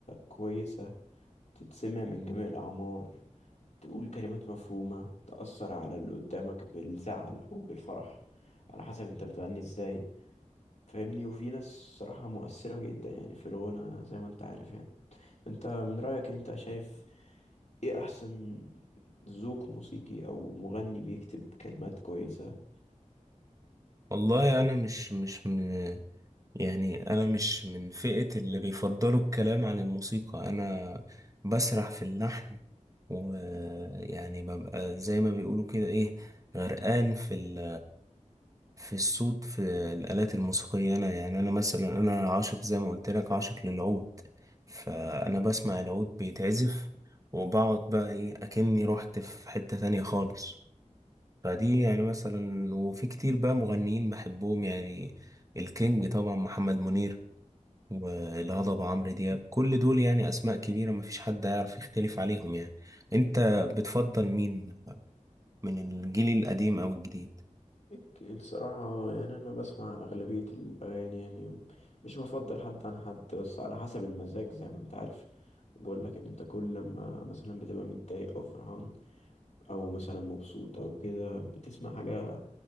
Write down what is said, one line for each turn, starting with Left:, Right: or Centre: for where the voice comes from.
Left: كويسة تتسمع من جميع الأعمار تقول كلمات مفهومة تأثر على اللي قدامك بالزعل أو بالفرح على حسب انت بتغني ازاي فاهمني وفي ناس صراحة مؤثرة جدا يعني في الغنى زي ما انت عارف يعني انت من رأيك انت شايف ايه أحسن ذوق موسيقي أو مغني بيكتب كلمات كويسة
Right: والله انا مش مش م- يعني أنا مش من فئة اللي بيفضلوا الكلام عن الموسيقى أنا بسرح في اللحن ويعني ببقى زي ما بيقولوا كده إيه غرقان في ال... في الصوت في الآلات الموسيقية أنا يعني أنا مثلا أنا عاشق زي ما قلت لك عاشق للعود فأنا بسمع العود بيتعزف وبقعد بقى إيه أكني رحت في حتة تانية خالص فدي يعني مثلا وفي كتير بقى مغنيين بحبهم يعني الكينج طبعا محمد منير والهضبة عمرو دياب كل دول يعني أسماء كبيرة مفيش حد هيعرف يختلف عليهم يعني أنت بتفضل مين من الجيل القديم أو الجديد؟
Left: اوكي، الصراحة يعني أنا بسمع أغلبية الأغاني يعني مش بفضل حد عن حد بس على حسب المزاج زي ما أنت عارف بقول لك إن أنت كل لما مثلا بتبقى متضايق أو فرحان أو مثلا مبسوط أو كده بتسمع حاجة